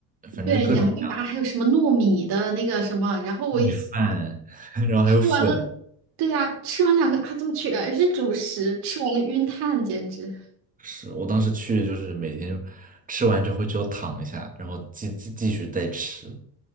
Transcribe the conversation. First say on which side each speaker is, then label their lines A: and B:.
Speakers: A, on the right; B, on the right.
A: 反正是各种各样
B: 对，洋芋粑，还有什么糯米的那个什么，然后我一想，
A: 糯米饭，<laughs> 然后还有粉。
B: 吃完了，对呀、吃完两个还怎么全是主食，吃完了晕碳，简直。
A: 是我当时去就是每天吃完之后就要躺一下，然后继继继续再吃。